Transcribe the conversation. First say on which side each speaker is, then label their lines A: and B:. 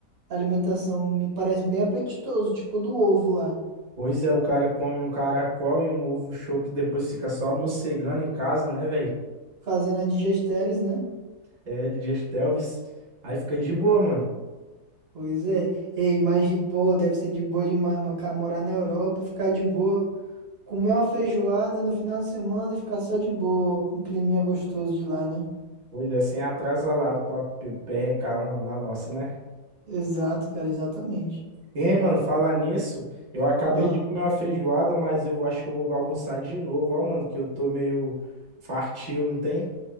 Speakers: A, on the right; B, on the right.
A: alimentação. Me parece bem apetitoso, tipo do ovo lá.
B: Pois é, o cara come um caracol e um ovo choque, depois fica só mocegando em casa, né, velho?
A: Fazendo a digesteles, né?
B: É, de Gestelvis, aí fica de boa, mano.
A: Pois é. Ei, imagina, porra, deve ser de boa demais, mano. Cara, morar na Europa, ficar de boa. Comer uma feijoada no final de semana e ficar só de boa, com um climinha gostoso de lá, né?
B: Pois é, sem atrasalado pra pe- perrecar na na nossa, né?
A: Exato, cara, exatamente.
B: Ei, mano, falar nisso, eu acabei
A: Ah,
B: de comer uma feijoada, mas eu acho que eu vou almoçar de novo, ó, mano, que eu tô meio fartio, não tem?